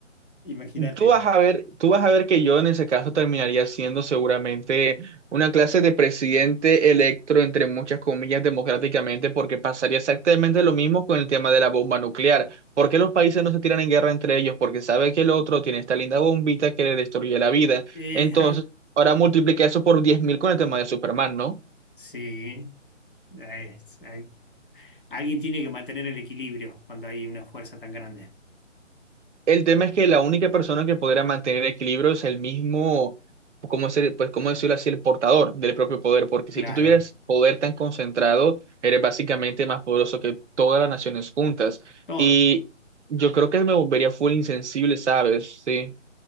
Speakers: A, on the left; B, on the right.
A: Imagínate.
B: Tú vas a ver, tú vas a ver que yo en ese caso terminaría siendo seguramente una clase de presidente electo, entre muchas comillas, democráticamente, porque pasaría exactamente lo mismo con el tema de la bomba nuclear. ¿Por qué los países no se tiran en guerra entre ellos? Porque sabe que el otro tiene esta linda bombita que le destruye la vida.
A: Eh,
B: Entonces,
A: ah,
B: ahora multiplica eso por 10.000 con el tema de Superman, ¿no?
A: sí, Ah, hay- alguien tiene que mantener el equilibrio cuando hay una fuerza tan grande.
B: El tema es que la única persona que podrá mantener equilibrio es el mismo, ¿cómo ser, pues, cómo decirlo así, el portador del propio poder, porque
A: Claro,
B: si tú tuvieras poder tan concentrado, eres básicamente más poderoso que todas las naciones juntas.
A: todo.
B: Y yo creo que me volvería full insensible, ¿sabes? Sí,